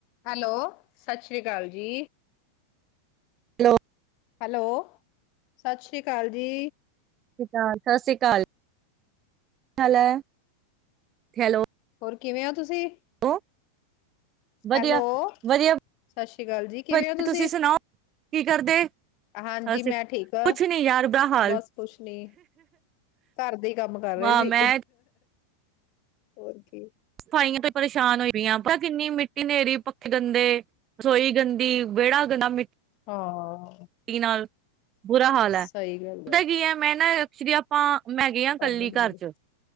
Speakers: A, on the left; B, on the right.
A: Hello ਸਤਿ ਸ੍ਰੀ ਅਕਾਲ ਜੀ।
B: ਹੈਲੋ
A: ਹੈਲੋ, ਸਤਿ ਸ੍ਰੀ ਅਕਾਲ ਜੀ
B: <unintelligible> ਸਤਿ ਸ੍ਰੀ ਅਕਾਲ, ਕੀ ਹਾਲ ਹੈ, ਹੈਲੋ
A: ਹੋਰ ਕਿਵੇਂ ਹੋ ਤੁਸੀਂ
B: <unintelligible> ਵਧੀਆ
A: ਹੈਲੋ,
B: ਵਧੀਆ
A: ਸਤ ਸ੍ਰੀ ਅਕਾਲ ਜੀ ਕਿਵੇਂ
B: ਵਧੀਆ
A: ਹੋ ਤੁਸੀਂ,
B: ਸੁਣਾਓ ਕੀ ਕਰਦੇ
A: ਹਾਂਜੀ
B: ਅਸੀ
A: ਮੈਂ ਠੀਕ
B: ਕੁਛ
A: ਹ
B: ਨੀ ਯਾਰ ਬੁਰਾ ਹਾਲ
A: ਬਸ ਕੁਛ ਨੀ ਘਰ ਦੇ ਇ ਕੰਮ ਕਰ ਰਹੇ
B: ਹਾਂ
A: ਸੀ
B: ਮੈਂ
A: ਹੋਰ ਕੀ
B: ਸਫਾਈਆਂ ਤੇ ਪਰੇਸ਼ਾਨ ਹੋਈ ਪਈ ਆਂ ਕਿੰਨੀ ਮਿੱਟੀ ਹਨੇਰੀ ਪੱਖੇ ਗੰਦੇ, ਰਸੋਈ ਗੰਦੀ ਵਿਹੜਾ ਗੰਦਾ ਮਿੱਟੀ
A: ਹਾਂ
B: ਨਾਲ ਬੁਰਾ ਹਾਲ
A: ਸਹੀ
B: ਹੈ
A: ਗੱਲ
B: ਪਤਾ ਐ ਕੀ ਹੈ ਮੈਂ ਨਾ ਅ <unintelligible> ਮੈਂ ਹੈਗੀਆਂ
A: ਕੰਮ
B: ਕੱਲੀ
A: ਹੀ ਨੀ
B: ਘਰ
A: ਮਿਲੇ,
B: ਚ